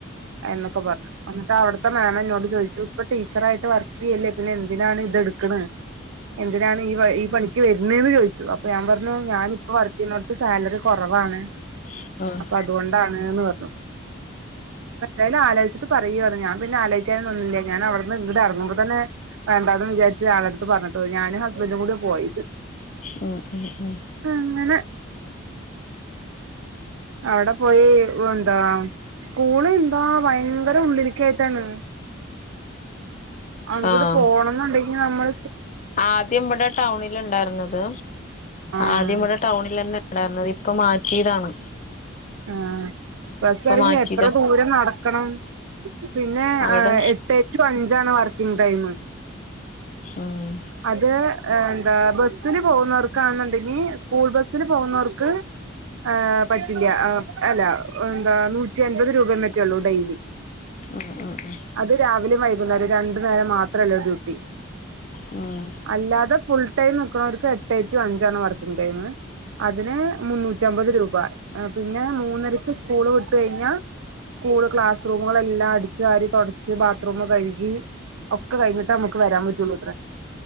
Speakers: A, on the right; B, on the left.
A: എന്നൊക്കെ പറഞ്ഞു എന്നിട്ട് അവിടുത്തെ മാം ഇന്നോട് ചോദി ഇപ്പം ടീച്ചറായിട്ട് വർക്ക് ചെയ്യല്ലേ പിന്നെ എന്തിനാണ് ഇതെടുക്കണ് എന്തിനാണ് ഈ ഈ പണി ക്ക് വരുന്ന്ന്ന് ചോയിച്ചു അപ്പൊ ഞാൻ പറഞ്ഞു ഞാനിപ്പം വർക്ക് ചെയ്യുന്നോടത്ത് സാലറി കൊറവാണ്
B: ഉം ഉം
A: അപ്പൊ അത് അതുകൊണ്ടാണ്ന്ന് പറഞ്ഞു എന്തായാലും ആലോയിച്ചിട്ട് പറയൂന്ന് പറഞ്ഞു ഞാൻ പിന്നെ ആലോയിക്കാനൊന്നും നിന്ന്ല്ല ഞാൻ അവ്ടുന്ന് ഇങ്ങട് എറങ്ങുമ്പൊ തന്നെ വേണ്ടാന്ന് വിചാരിച്ച് ആളെടുത്ത് പറഞ്ഞിട്ട് പോയി ഞാനും ഹസ്ബൻഡും കൂടിയാ പോയത്
B: ഉം ഉം ഉം
A: അങ്ങനെ അവിടെ പോയി എന്താ സ്കൂള് എന്താ ഭയങ്കര ഉള്ളിലിക്കായിട്ടാണ് അങ്ങട്ട്
B: ആഹ്
A: പോണം എന്നുണ്ടെങ്കി നമ്മൾ
B: ആദ്യം ഇവിടെ ടൗണിൽ ഉണ്ടായിരുന്നത്
A: ആഹ്
B: ആദ്യം ഇവിടെ ടൗണിൽ തന്നെ ഉണ്ടായിരുന്നത് ഇപ്പൊ മാറ്റീതാണ്
A: ആഹ ബസ്സ് എറങ്ങി
B: മാറ്റിയതാ
A: എത്ര ദൂരം നടക്കണം പിന്നെ
B: അവിടെ
A: എട്ട് ടു അഞ്ചാണ് വർക്കിംഗ് ടൈം
B: ആഹ്
A: അത് എന്താ ബസില് പോകുന്നോർക്കാന്നുണ്ടെങ്കി സ്കൂൾ ബസില് പോകുന്നോർക്ക് ഏഹ് പറ്റില്ല അല്ല എന്താ നൂറ്റി അൻപത് രൂപയെ മറ്റേള്ളൂ ഡെയിലി
B: ആഹ് ആഹ് ആഹ്
A: അത് രാവിലും വൈകുന്നേരം രണ്ടു നേരം മാത്ര അല്ല ഡ്യൂട്ടി
B: ഉം
A: അല്ലാതെ ഫുൾ ടൈം നിക്ക്ണോർക്ക് എട്ട് ടു അഞ്ചാണ് വർക്കിംഗ് ടൈം അതിന് മുന്നൂറ്റി റ്റമ്പത് രൂപ പിന്നെ മൂന്നരക്ക് സ്കൂള് വിട്ട് കഴിഞ്ഞാ സ്കൂള് ക്ലാസ് റൂമുകള് എല്ലാം അടിച്ചുവാരി തൊടച്ച് ബാത്റൂം കഴുകി ഒക്കെ കഴിഞ്ഞിട്ടേ നമ്മക്ക് വരാൻ പറ്റുള്ളൂ ത്രേ